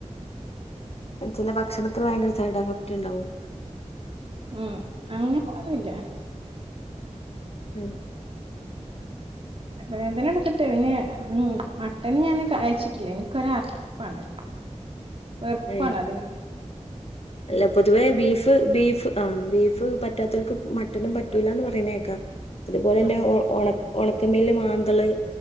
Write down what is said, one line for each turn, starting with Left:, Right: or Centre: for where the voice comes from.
Left: ചില ഭക്ഷണത്തിൽ ഭയങ്കര സൈഡ് എഫക്റ്റ് ഉണ്ടാവും
Right: ഉം അങ്ങനെ ഒന്നില്ല
Left: ഉം
Right: വേദന എടുത്തിട്ട് പിന്നെ ഉം മട്ടന് ഞാന് അയച്ചിട്ടില്ല എനിക്കൊര അർപ്പാണ് വെറുപ്പാണ്
Left: ഏഹ്
Right: അതിന്
Left: അല്ല പൊതുവേ ബീഫ് ബീഫ് ആ ബീഫ് പറ്റാത്തവക്ക് മട്ടനും പറ്റൂല്ലാന്ന് പറയുന്നേക്കാം അതുപോലെ തന്നെ
Right: ഉം
Left: ഒണ ഒണക്കമേൽാന് അ